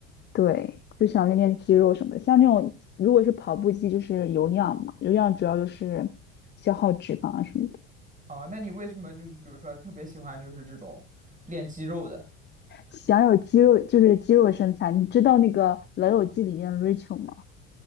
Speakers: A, on the left; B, on the right.
A: 对，就想练练肌肉什么的。像那种如果是跑步机，就是有氧嘛，有氧主要就是消耗脂肪啊什么的。
B: 哦，那你为什么就是比如说特别喜欢就是这种练肌肉的？
A: 想有肌肉，就是肌肉身材。你知道那个《老友记》里面 Rachel 吗